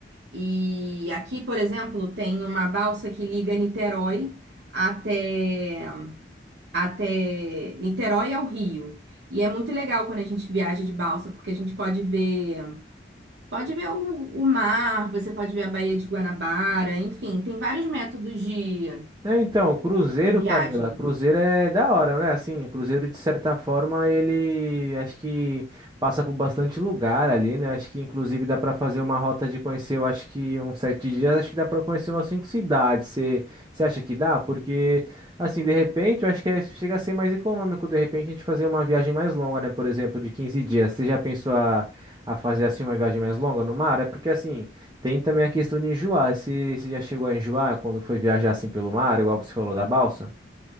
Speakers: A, on the right (about 70°); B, on the right (about 20°).
A: E aqui, por exemplo, tem uma balsa que liga Niterói até, até Niterói ao Rio. E é muito legal quando a gente viaja de balsa, porque a gente pode ver, pode ver o, o mar, você pode ver a Baía de Guanabara, enfim, tem vários métodos de,
B: É, então, Cruzeiro,
A: de viagem.
B: Camila, Cruzeiro é da hora, né? Assim, Cruzeiro, de certa forma, ele acho que passa por bastante lugar ali, né? Acho que, inclusive, dá para fazer uma rota de conhecer, eu acho que uns sete dias, acho que dá para conhecer umas cinco cidades. Você você acha que dá? Porque, assim, de repente, eu acho que é- chega a ser mais econômico, de repente, a gente fazer uma viagem mais longa, né? Por exemplo, de 15 dias. Você já pensou a, a fazer, assim, uma viagem mais longa no mar? É porque, assim. Tem também a questão de enjoar. Se você já chegou a enjoar quando foi viajar assim pelo mar, igual você falou da balsa?